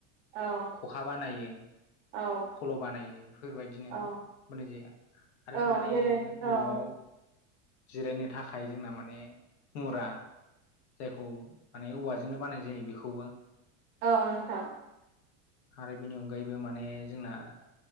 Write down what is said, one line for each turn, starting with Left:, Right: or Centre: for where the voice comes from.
Right: औ
Left: खखा बानायो
Right: औ
Left: फल' बानायो बेफोरबायदिनो
Right: औ
Left: होननाय जायो आरो
Right: औ
Left: माने
Right: जेरै
Left: न'आव
Right: औ
Left: जिरायनो थाखाय जोंना माने मुरा जायखौ माने औवाजोंनो बानाय जायो बेखौबो
Right: औ नोंथां
Left: आरो बेनि अनगायैबो माने जोंना